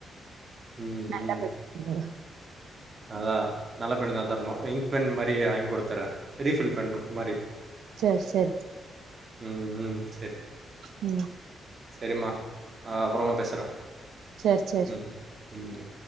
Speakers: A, on the right (about 30°); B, on the right (about 80°).
A: ம்
B: நல்லபடியா
A: ம்
B: குடு
A: அதான் நல்ல பெண் தான் தரணும் இங்க் பென் மாரியே வாங்கி கொடுத்தரே ரீஃபில் பண்ணறோம் மாரி
B: சேரி சேரி
A: ம் ம் செரி
B: ஓ
A: செரிம்மா அப்றமா பேசுறேன்
B: சேரி சேரி
A: ம்